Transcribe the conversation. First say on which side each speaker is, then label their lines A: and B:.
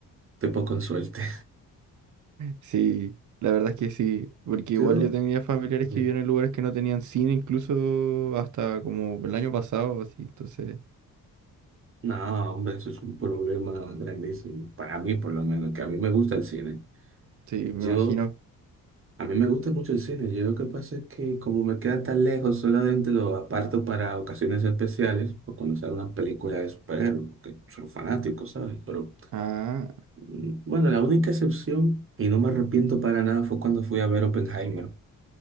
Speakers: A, on the right (about 35°); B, on the right (about 55°).
A: Te poco con suerte.
B: Sí, la verdad es que sí, porque igual
A: Yo,
B: yo tenía familiares
A: sí.
B: que vivían en lugares que no tenían cine, incluso hasta como el año pasado, así, entonces,
A: No, hombre, eso es un problema grandísimo. Para mí, por lo menos, que a mí me gusta el cine.
B: sí, me
A: Yo,
B: imagino.
A: a mí me gusta mucho el cine. Yo lo que pasa es que como me queda tan lejos, solamente lo aparto para ocasiones especiales o cuando sale una película de superhéroes, que soy fanático, ¿sabes? Pero
B: Ah,
A: mm, bueno, la única excepción, y no me arrepiento para nada, fue cuando fui a ver Oppenheimer. <laughs>